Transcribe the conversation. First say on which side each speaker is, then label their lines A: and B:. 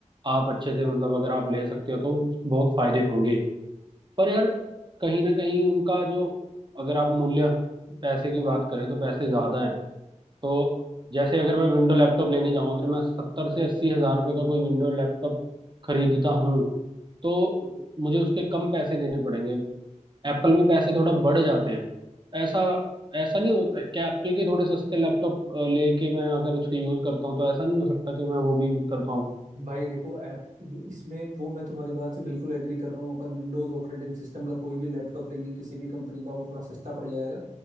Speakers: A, on the right; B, on the right.
A: आप अच्छे से मतलब अगर आप ले सकते हो तो उस- बहुत फायदे होंगे पर यार कहीं ना कहीं उनका जो अगर आप मूल्य पैसे की बात करें तो पैसे ज्यादा हैं तो जैसे अगर मैं विंडो लैपटॉप लेने जाऊं अगर मैं सत्तर से अस्सी हजार रुपये का कोई विंडो लैपटॉप खरीदता हूं तो मुझे उसके कम पैसे देने पड़ेंगे एप्पल में पैसे थोड़ा बढ़ जाते हैं ऐसा ऐसा नहीं हो क्या एप्पल के थोड़े सस्ते लैपटॉप लेके मैं अगर उसके यूज करता हूँ तो ऐसा नहीं हो सकता कि मैं वो भी यूज कर पाऊँ
B: भाई देखो ऐप ये- इसमें वो मैं तुम्हारी बात से बिल्कुल एग्री कर रहा हूँ अपन विंडोज ऑपरेटिंग सिस्टम का कोई भी लैपटॉप लेंगे किसी भी कंपनी का वो थोड़ा सस्ता पड़ जाएगा